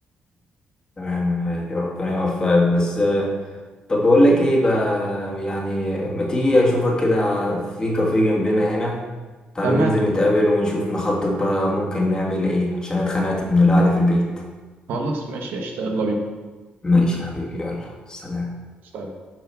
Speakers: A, on the left (about 25°); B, on the right (about 75°).
A: تمام هادي ربنا يوفقك بس آه، طب بقول لك ايه بقى يعني ما تيجي اشوفك كده في كافيه جنبنا هنا تعالى
B: تمام
A: ننزل نتقابل ونشوف نخطط بقى ممكن نعمل ايه عشان اتخنقت من القعدة في البيت
B: خلاص ماشي قشطة يلا بينا
A: ماشي يا حبيبي يلا سلام
B: سلام.